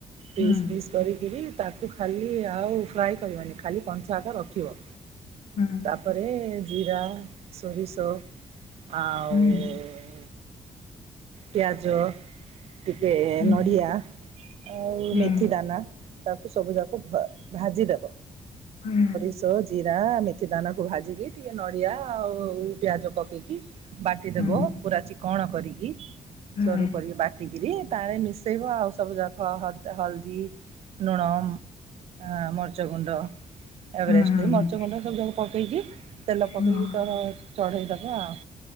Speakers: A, on the right; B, on the left.
A: ପିସ୍
B: ହୁଁ
A: ପିସ୍ କରିକିରି ତାକୁ ଖାଲି ଆଉ ଫ୍ରାଏ କରିବନି ଖାଲି କଞ୍ଚାଟା ରଖିବ।
B: ହୁଁ
A: ଉପରେ ଜିରା, ସୋରିଷ ଆଉ
B: ହୁଁ
A: ଉ ଉ ଉ ପିଆଜ ଟିକେ
B: ହୁଁ
A: ନଡ଼ିଆ ଆଉ
B: ହୁଁ
A: ମେଥି ଦାନା ତାକୁ ସବୁ ଯାକ ଭା ଭାଜିଦବ।
B: ହଁ।
A: ସୋରିଷ, ଜିରା, ମେଥି ଦାନାକୁ ଭାଜିକି ଟିକେ ନଡ଼ିଆ ଆଉ ଉ ଉ ପିଆଜ ପକେଇକି ବାଟିଦବ
B: ହୁଁ
A: ପୁରା ଚିକଣ କରିକି
B: ହୁଁ ହୁଁ
A: ସରୁ କରିକି ବାଟିକିରି ତାଁ ରେ ମିଶ ସେଇବ ଆଉ ସବୁ ଜାଖ ହଦ ହଲଦୀ, ନୁଣ ଆଁ ମରିଚ ଗୁଣ୍ଡ ଏଭରେଷ୍ଟ
B: ହୁଁ ହୁଁ
A: ମରିଚ
B: ହୁଁ
A: ଗୁଣ୍ଡ ସବୁ ଯାକ ପକେଇକି ତେଲ ପକେଇକି
B: ହୁଁ
A: ତର ଚଢ଼େଇଦବ ଆଉ